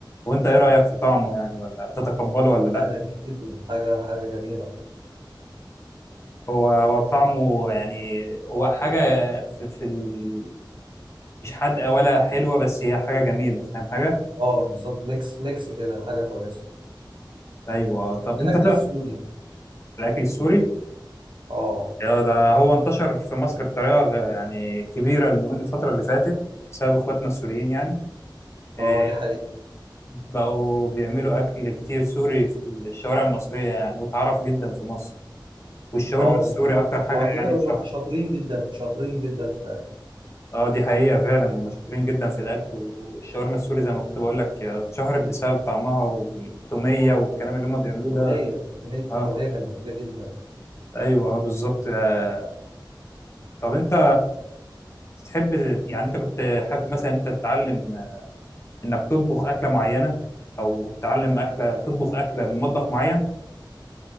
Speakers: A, on the left (about 35°); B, on the right (about 75°).
A: وانت ايه رأيك في طعمه يعني ولا تتقبله ولا لا
B: لا لذيذ جدا حاجه حاجه جميله
A: هو هو طعمه يعني هو حاجة في, في ال... مش حادقة ولا حلوة بس هي حاجة جميلة فاهم حاجة
B: اه بالظبط ميكس ميكس كده حاجه كويسه
A: ايوه طب
B: الاكل
A: انت تعرف
B: السوري
A: الاكل السوري
B: اه
A: هو ده هو انتشر في مصر بطريقة غ- يعني كبيرة اليومين الفترة اللي فاتت بسبب اخواتنا السوريين يعني إيه،
B: اه دي حقيقه
A: بقوا بيعملوا اكل كتير سوري في الشوارع المصرية يعني واتعرف جدا في مصر والشاورما
B: اه
A: السوري
B: و-
A: اكتر حاجة
B: وعلى
A: يعني
B: فكره
A: اتشهرت
B: هم شاطرين جدا شاطرين جدا في الاكل
A: اه دي حقيقة فعلا هم شاطرين جدا في الأكل والشاورما السوري زي ما كنت بقول لك اتشهرت بسبب طعمها والتومية والكلام اللي هم بيعملوه
B: التوميه
A: ده
B: التوميه التومية
A: اه
B: كانت كبيره جدا
A: ايوه اه بالظبط آه. طب انت تحب يعني انت كنت حابب مثلا انت تتعلم انك تطبخ أكلة معينة او تتعلم أكلة تطبخ أكلة من مطبخ معين